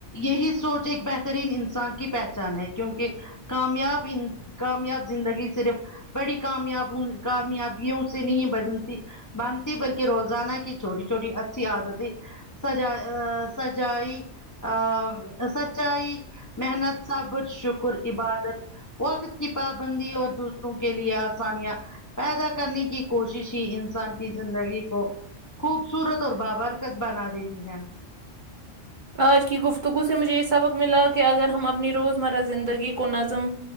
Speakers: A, on the left; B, on the right.
A: یہی سوچ ایک بہترین انسان کی پہچان ہے کیونکہ کامیاب ان کامیاب زندگی صرف بڑی کامیاب کامیاب اس سے نہیں بنتی بنتی بلکہ روزانہ کی چھوٹی چھوٹی اچھی عادتیں سجائی سجائی ا سچائی محنت صبر شکر عبادت وقت کی پابندی اور دوسروں کے لیے آ ثانیہ پیدا کرنے کی کوشش ہی انسان کی زندگی کو خوبصورت اور بابرکت بنا دیتی ہیں
B: آج کی گفتگو سے مجھے یے سبق ملا کی اگر ہم اپنی روز مرہ زندگی کو نظم